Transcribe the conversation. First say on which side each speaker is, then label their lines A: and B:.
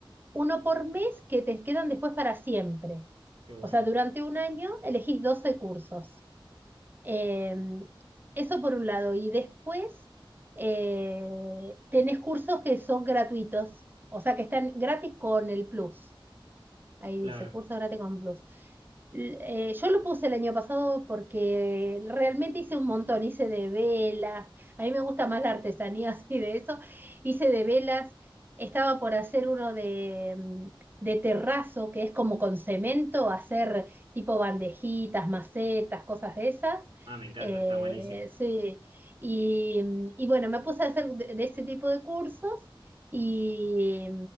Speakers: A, on the right; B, on the right.
A: uno por mes que te quedan después para siempre.
B: Qué bueno.
A: O sea, durante un año elegís 12 cursos. Eh, eso por un lado. Y después eh, tenés cursos que son gratuitos, o sea, que están gratis con el plus. Ahí
B: Claro.
A: dice, curso gratis con Plus. L- eh, yo lo puse el año pasado porque realmente hice un montón, hice de velas, a mí me gusta más la artesanía <laughs> así de eso, hice de velas, estaba por hacer uno de, mm, de terrazo, que es como con cemento, hacer tipo bandejitas, macetas, cosas de esas.
B: Ah, me encanta,
A: Eh,
B: está buenísimo.
A: sí, y, mm, y bueno, me puse a hacer de de ese tipo de cursos. Y,